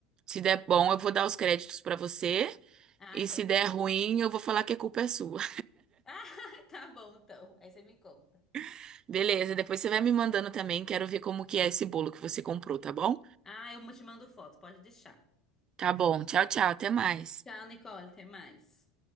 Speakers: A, on the right (about 35°); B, on the left (about 20°).
A: Se der bom, eu vou dar os créditos pra você
B: Ah,
A: e
B: então
A: se
B: tá
A: der
B: bom.
A: ruim,
B: <laughs>
A: eu vou falar que a culpa é sua.
B: Ah, tá bom então. Aí você me conta.
A: <laughs> Beleza? Depois você vai me mandando também, quero ver como que é esse bolo que você comprou, tá bom?
B: Ah, eu te mando foto, pode deixar.
A: Tá bom. Tchau, tchau. Até mais.
B: Tchau, Nicole, até mais.